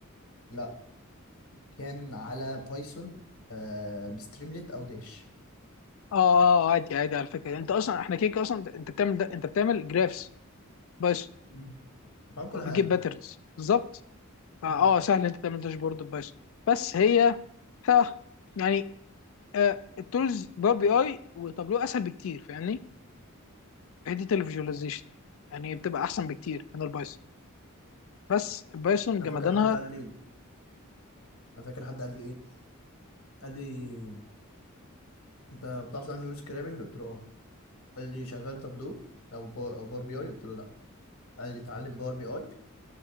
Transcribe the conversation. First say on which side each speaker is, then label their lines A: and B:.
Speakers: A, on the left; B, on the left.
A: لا كان على بايثون آه، بستريمليت او داش
B: اه آه، عادي عادي على فكره انت اصلا احنا كده كده اصلا انت بتعمل ده انت بتعمل جرافس بس
A: مم. بعمل كل
B: وبتجيب
A: حاجه
B: باترنز بالظبط فاه
A: مم.
B: سهل انت تعمل داشبورد بس بس هي ها يعني آه التولز باور بي اي وتابلو اسهل بكتير فاهمني في حته الفيجواليزيشن يعني بتبقى احسن بكتير من البايثون بس البايثون جمدانها
A: انا فاكر حد قال لي انا فاكر حد قال لي ايه قال لي انت بتعرف تعمل ويب سكرابنج قلت له اه قال لي شغال تابلو او بو- او باور بي اي قلت له لا قال لي اتعلم باور بي اي